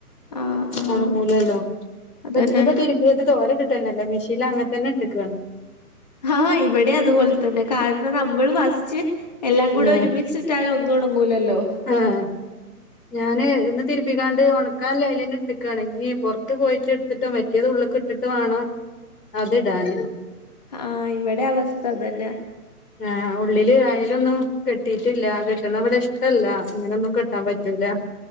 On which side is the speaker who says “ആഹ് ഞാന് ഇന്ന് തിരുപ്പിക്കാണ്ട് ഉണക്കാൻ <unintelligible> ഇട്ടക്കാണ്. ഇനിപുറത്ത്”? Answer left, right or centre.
Left